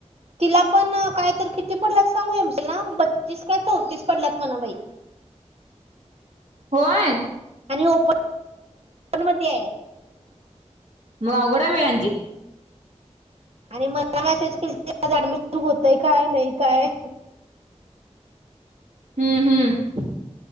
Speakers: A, on the right; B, on the right.
A: तिला पण काय तर किती पडलात सांगू एमश ना बत्तीस काय चौतीस पडल्यात म्हणा बाई
B: होय
A: आणि ओपन मध्ये आहे
B: मग अवघड बाय अंजे
A: आणि मला मेसेज केलता ऍडमिशन होतय काय नाही काय
B: हम्म हम्म